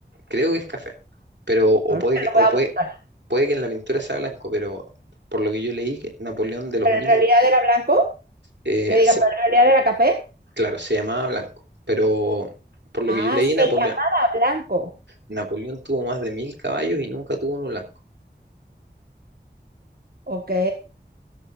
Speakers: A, on the right (about 75°); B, on the right (about 55°).
A: Creo que es café. Pero, o
B: Ahorita
A: puede que,
B: lo
A: o
B: voy a
A: puede,
B: buscar.
A: puede que en la pintura sea blanco, pero por lo que yo leí, que Napoleón de los
B: ¿Pero
A: mil,
B: en realidad era blanco?
A: eh,
B: Que diga,
A: se-
B: ¿pero en realidad era café?
A: claro, se llamaba blanco. Pero por lo
B: Ah,
A: que yo leí,
B: se
A: Napoleón.
B: llamaba blanco.
A: Napoleón tuvo más de mil caballos y nunca tuvo uno blanco.
B: Ok.